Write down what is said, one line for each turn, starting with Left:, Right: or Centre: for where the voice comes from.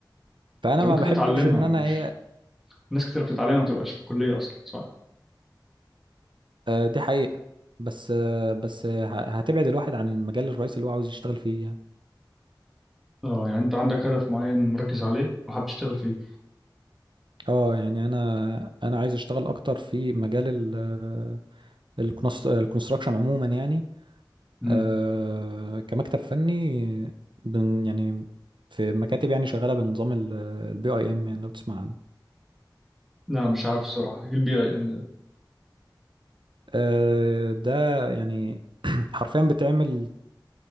Right: فأنا
Centre: أنت
Right: ما
Centre: ممكن
Right: بحبش
Centre: تتعلمها
Right: إن
Centre: يعني
Right: أنا
Centre: مش
Right: إيه
Centre: ناس كتيرة بتتعلمها ما تبقاش في كلية أصلا صح؟
Right: آه، دي حقيقة بس آه، بس آه، ه- هتبعد الواحد عن المجال الرئيسي اللي هو عاوز يشتغل فيه يعني
Centre: اه يعني أنت عندك هدف معين مركز عليه وحابب تشتغل فيه
Right: اه يعني انا انا عايز اشتغل اكتر في مجال ال آه، الكونس- الكونستراكشن عموما يعني
Centre: مم.
Right: آه، كمكتب فني بن يعني في مكاتب يعني شغالة بنظام البي اي ام يعني لو تسمع عنه
Centre: لا مش عارف الصراحة إيه البي أي إم ده
Right: آه، ده يعني <clears throat> حرفيا بتعمل